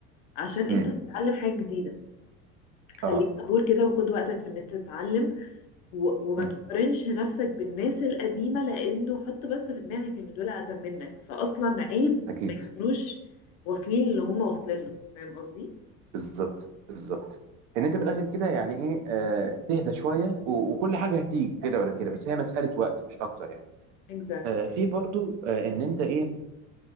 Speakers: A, on the left (about 65°); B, on the right (about 55°).
A: عشان انت
B: مم.
A: بتتعلم حاجه جديده خليك
B: اه
A: صبور كده وخد وقتك في ان انت تتعلم و... وما
B: مم.
A: تقارنش نفسك بالناس القديمة لانه حط بس في دماغك ان دول اقدم منك فاصلا عيب
B: اكيد
A: ما يكونوش واصلين اللي هم واصلين له فاهم قصدي؟
B: بالظبط بالظبط ان انت من الاخر كده يعني ايه آه تهدى شويه و- وكل حاجه هتيجي كده ولا كده بس هي مساله وقت مش اكتر يعني
A: exactly
B: آه في برضو آه ان انت ايه